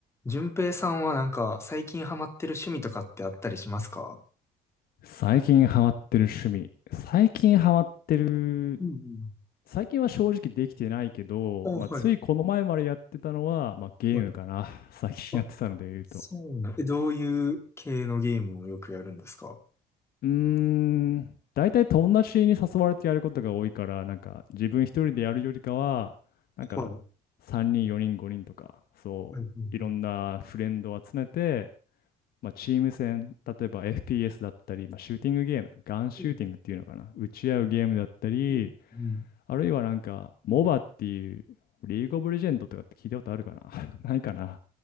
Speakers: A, on the left (about 15°); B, on the left (about 65°).
A: 順平さんはなんか最近ハマってる趣味とかってあったりしますか
B: 最近ハマってる趣味。最近ハマってる、
A: うん
B: 最近は正直できてないけど、
A: うん。
B: まあ、
A: あ、はい、
B: ついこの前までやってたのは、まあ、ゲームかな。
A: はい。
B: <laughs> 最近やってたので言うと。
A: あ、そうなん。え、どういう系のゲームをよくやるんですかは
B: うーん、大体友達に誘われてやることが多いから、なんか自分一人でやるよりかは、なんか3人、
A: い。
B: 4人、5人とか、そう、
A: はい。はい。は
B: いろんなフレンドを集めて、まあ、チーム戦、例えば FPS だったり、まあ、シューティングゲーム、ガンシューティングっていうのかな、
A: い。
B: 撃ち合うゲームだったり、
A: うんうん。
B: あるいはなんか、モバっていう、リーグオブレジェンドとかって聞いたことあるかな <laughs> ないかな